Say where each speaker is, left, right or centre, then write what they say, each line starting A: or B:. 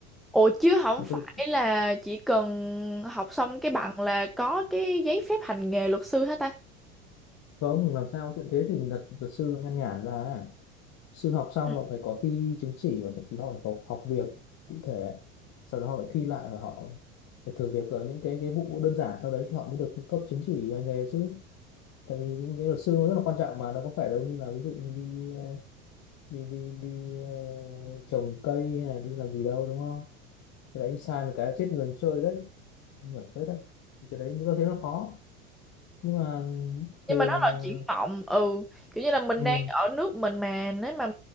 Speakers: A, in the centre; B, on the left.
A: Ồ chứ không
B: mà
A: phải
B: tôi
A: là chỉ cần học xong cái bằng là có cái giấy phép hành nghề luật sư hả ta?
B: có ông làm sao chuyện thế thì luật luật sư nó nhan nhản ra à. sư học xong
A: Ừ.
B: nó phải có thi chứng chỉ và thậm chí họ phải có học việc cụ thể sau đó họ phải thi lại và họ phải thử việc ở những cái cái vụ đơn giản sau đấy thì họ mới được cấp chứng chỉ hành nghề chứ tại vì cái, cái luật sư nó rất là quan trọng mà nó có phải đâu như là ví dụ như đi ờ, đi đi đi ờ, trồng cây hay là đi làm gì đâu đúng không cái đấy sai một cái là chết người như chơi đấy Nguy hiểm phết đấy Thì cái đấy tôi thấy nó khó nhưng mà
A: Nhưng
B: về
A: mà nó là
B: ờ,
A: triển vọng, ừ. Kiểu như là mình
B: ừ,
A: đang ở nước mình mà nếu mà